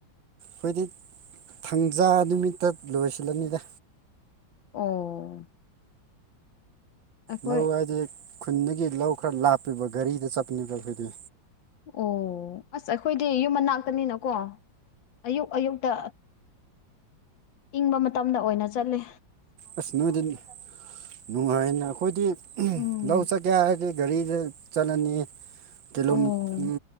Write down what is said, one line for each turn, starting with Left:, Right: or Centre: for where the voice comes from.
Right: ꯈꯣꯏꯗꯤ ꯊꯪꯖꯥ ꯅꯨꯃꯤꯠꯇ ꯂꯣꯏꯁꯤꯜꯂꯅꯤꯗ
Left: ꯑꯣ ꯑꯩꯈꯣꯏ
Right: ꯂꯧ ꯍꯥꯏꯗꯤ ꯈꯨꯟꯗꯒꯤ ꯂꯧ ꯈꯔ ꯂꯥꯞꯄꯤꯕ ꯒꯥꯔꯤꯗ ꯆꯠꯄꯅꯦꯕ ꯑꯈꯣꯏꯗꯤ
Left: ꯑꯣ ꯑꯁ ꯑꯈꯣꯏꯗꯤ ꯌꯨꯝ ꯃꯅꯥꯛ ꯇꯅꯤꯅꯀꯣ ꯑꯌꯨꯛ ꯑꯌꯨꯛꯇ ꯏꯪꯕ ꯃꯇꯝꯗ ꯑꯣꯏꯅ ꯆꯠꯂꯤ
Right: ꯑꯁ ꯅꯣꯏꯗꯤꯟ ꯅꯨꯉꯥꯏꯅ ꯈꯣꯏꯗꯤ
Left: ꯎꯝ
Right: ꯂꯧ ꯆꯠꯀꯦ ꯍꯥꯏꯔꯗꯤ ꯒꯥꯔꯤꯗ ꯆꯠꯂꯅꯤ ꯀꯤꯂꯣꯃꯤꯠ
Left: ꯑꯣ
Right: ꯎꯝ